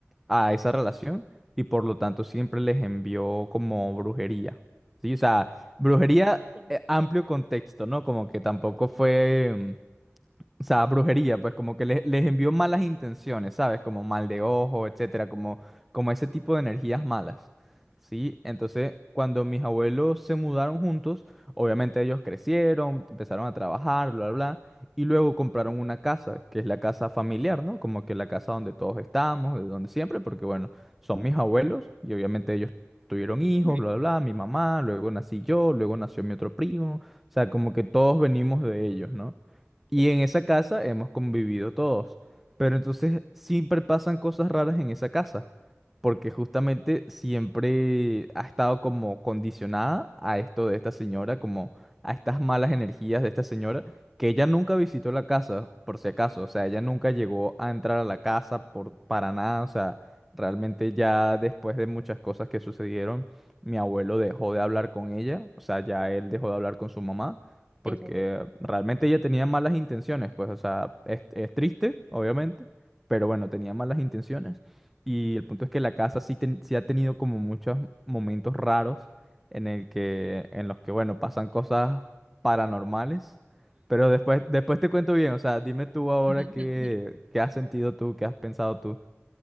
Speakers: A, in the centre; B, on the right (about 25°).
A: a esa relación y por lo tanto siempre les envió como brujería. Sí, o sea, brujería,
B: Sí,
A: eh, amplio contexto, ¿no? Como que tampoco fue... mm, o sea, brujería, pues como que les, les envió malas intenciones, ¿sabes? Como mal de ojo, etcétera, como, como ese tipo de energías malas. ¿Sí? Entonces, cuando mis abuelos se mudaron juntos, obviamente ellos crecieron, empezaron a trabajar, bla, bla, bla, y luego compraron una casa, que es la casa familiar, ¿no? Como que la casa donde todos estamos, de donde siempre, porque bueno, son mis abuelos y obviamente ellos tuvieron hijos,
B: ujú,
A: bla, bla, bla, mi mamá, luego nací yo, luego nació mi otro primo, o sea, como que todos venimos de ellos, ¿no? Y
B: sí,
A: en esa casa hemos convivido todos. Pero entonces siempre pasan cosas raras en esa casa. Porque justamente siempre ha estado como condicionada a esto de esta señora, como a estas malas energías de esta señora, que ella nunca visitó la casa, por si acaso. O sea, ella nunca llegó a entrar a la casa por, para nada. O sea, realmente ya después de muchas cosas que sucedieron, mi abuelo dejó de hablar con ella. O sea, ya él dejó de hablar con su mamá porque
B: sí, sí, sí.
A: realmente ella tenía malas intenciones, pues, o sea, es, es triste, obviamente, pero bueno, tenía malas intenciones. Y el punto es que la casa sí, ten- sí ha tenido como muchos momentos raros en el que, en los que, bueno, pasan cosas paranormales. Pero después, después te cuento bien, o sea, dime tú ahora
B: Ujú.
A: qué,
B: <laughs>
A: qué has sentido tú, qué has pensado tú.